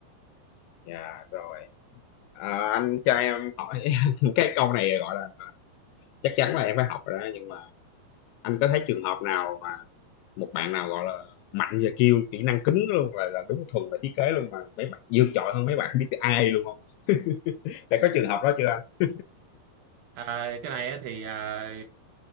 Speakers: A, on the left (about 80°); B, on the right (about 70°).
A: dạ, rồi À, anh cho em hỏi <laughs> cái câu này gọi là chắc chắn là em phải học rồi đó nhưng mà anh có thấy trường hợp nào mà một bạn nào gọi là mạnh về kiêu kỹ năng cứng luôn là là đúng thuần về thiết kế luôn mà mấy bạn vượt trội hơn mấy bạn biết ai luôn không đã có trường hợp đó chưa anh
B: À, cái này á thì à,